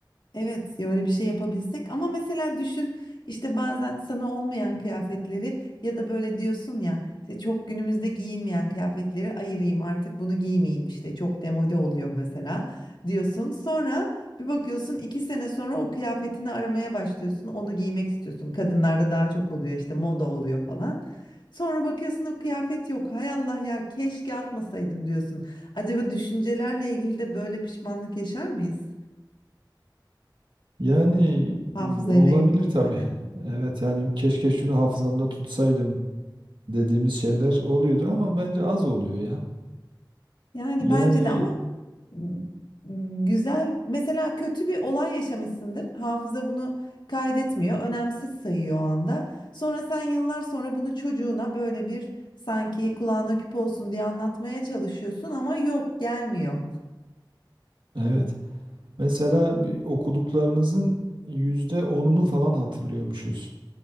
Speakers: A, on the left; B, on the right.
A: Evet, ya öyle bir şey yapabilsek ama mesela düşün işte bazen sana olmayan kıyafetleri ya da böyle diyorsun ya işte çok günümüzde giyinmeyen kıyafetleri ayırayım artık bunu giymeyeyim işte çok demode oluyor mesela diyorsun. Sonra bir bakıyorsun iki sene sonra o kıyafetini aramaya başlıyorsun onu giymek istiyorsun kadınlarda daha çok oluyor işte moda oluyor falan. Sonra bakıyorsun o kıyafet yok hay Allah ya keşke atmasaydım diyorsun. Acaba düşüncelerle ilgili de böyle pişmanlık yaşar mıyız?
B: Yani
A: Hafızayla
B: olabilir
A: ilgili
B: tabii.
A: yani.
B: Evet yani keşke şunu hafızamda tutsaydım dediğimiz şeyler oluyordur ama bence az oluyor ya.
A: Yani
B: Yani
A: bence de ama m, güzel mesela kötü bir olay yaşamışsındır. Hafıza bunu kaydetmiyor. Önemsiz sayıyor o anda. Sonra sen yıllar sonra bunu çocuğuna böyle bir sanki kulağına küpe olsun diye anlatmaya çalışıyorsun ama yok gelmiyor.
B: evet. Mesela bir okuduklarımızın yüzde onunu falan hatırlıyormuşuz.